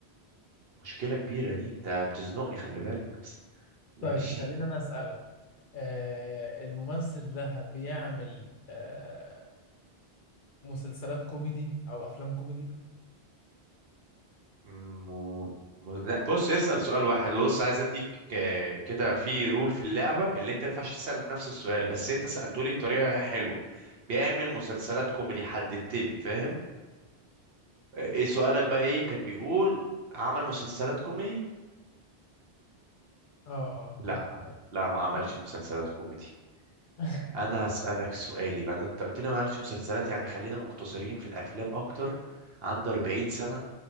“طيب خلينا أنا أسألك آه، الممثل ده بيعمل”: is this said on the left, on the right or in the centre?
Left